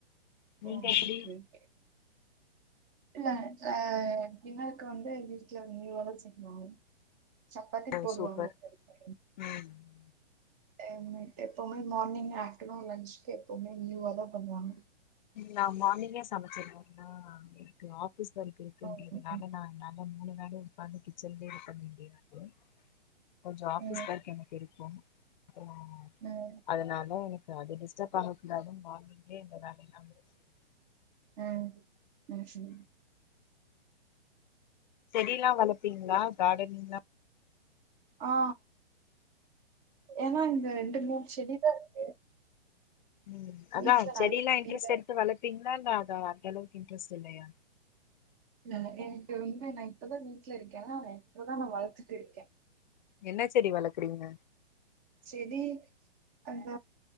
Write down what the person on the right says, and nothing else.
ஓ
ஓகே ஓகே. இல்ல ஆ டின்னருக்கு வந்து வீட்ல நியூவாதா செய்வாங்க சப்பாத்தி
போடுவாங்க
ஒரு ஒரு டைம்.
ஆ மிட் எப்பவ்மே மார்னிங் ஆப்டர்நூன் லன்ச்சுகு எப்பவ்மே நியூவா தா பண்ணுவாங்க.
ஓகே.
ம்
ம்
ம் ம்ஹும்.
ஆ ஏனா இந்த ரெண்டு மூணு செடிதா இருக்
வீட்ல
நெறைய தெரியல
எனக்கு வந்து நா இப்பதா வீட்டுல இருக்கே நா இப்பதா நா வளர்த்துட்டு இருக்கே
செடி அந்த